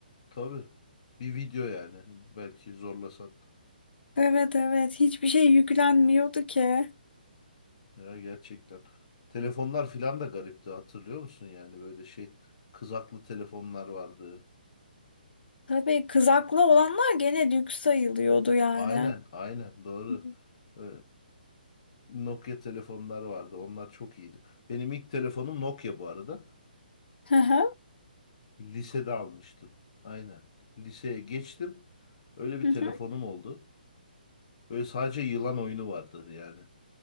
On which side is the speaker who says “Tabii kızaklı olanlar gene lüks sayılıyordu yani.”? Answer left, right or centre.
Left